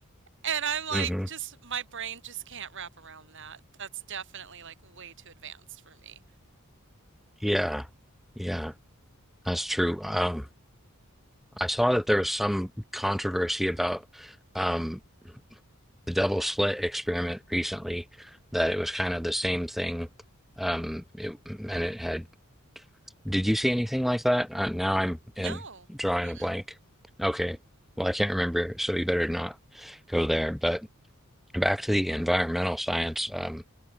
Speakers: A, on the right (about 60°); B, in the centre.
A: And I'm like,
B: Mm-hmm.
A: just my brain just can't wrap around that. That's definitely like way too advanced for me.
B: Yeah, yeah, that's true. Um, I saw that there was some controversy about. um, the double slit experiment recently that it was kind of the same thing. Um, it, and it had, did you see anything like that? Uh, now I'm,
A: No.
B: I'm drawing
A: Mm-mm.
B: a blank. Okay. Well, I can't remember, so you better not go there. But back to the environmental science, um,